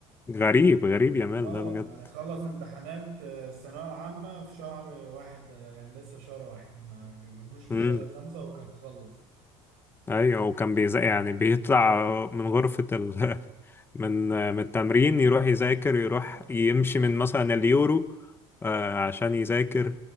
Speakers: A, on the left; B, on the right.
A: غريب غريب يامال
B: اه
A: ده بجد
B: يعني خلص امتحانات آه، الثانوية العامة في شهر واحد آه، يعني لسه في شهر واحد ما ج- ما جوش
A: امم
B: لشهر خمسة هو كان خلص
A: ايوه وكان بيز يعني بيطلع من غرفة ال <laughs> من من التمرين يروح يذاكر يروح
B: اه
A: يمشي من مثلا اليورو آه، عشان يذاكر